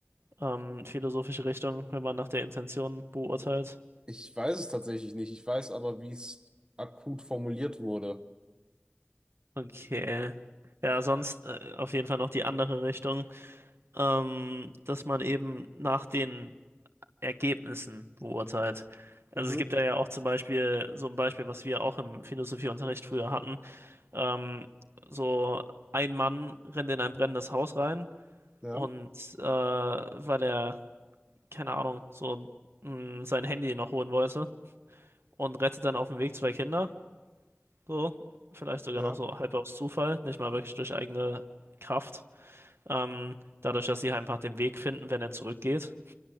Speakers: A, on the right; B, on the right.
A: ähm, philosophische Richtung, wenn man nach der Intention beurteilt?
B: ich weiß es tatsächlich nicht. Ich weiß aber, wie es akut formuliert wurde.
A: Okay. Ja, sonst äh, auf jeden Fall noch die andere Richtung, ähm, dass man eben nach den Ergebnissen beurteilt. Also
B: Mhm,
A: es gibt da ja auch zum Beispiel so ein Beispiel, was wir auch im Philosophieunterricht früher hatten. Ähm, so ein Mann rennt in ein brennendes Haus rein
B: ja,
A: und äh, weil er keine Ahnung, so mh, sein Handy noch holen wollte und rettet dann auf dem Weg zwei Kinder. So, vielleicht sogar
B: ja.
A: noch so halb aus Zufall, nicht mal wirklich durch eigene Kraft. Ähm, dadurch, dass sie halt einfach den Weg finden, wenn er zurückgeht.